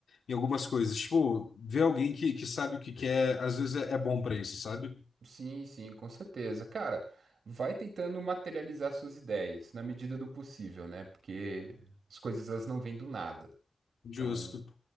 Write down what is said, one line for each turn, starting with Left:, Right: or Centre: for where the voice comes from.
Left: em algumas coisas. Tipo, ver alguém que, que sabe o que quer, às vezes é, é bom para isso, sabe?
Right: sim, sim, com certeza. Cara, vai tentando materializar suas ideias na medida do possível, né? Porque as coisas elas não vêm do nada.
Left: Justo.
Right: Então,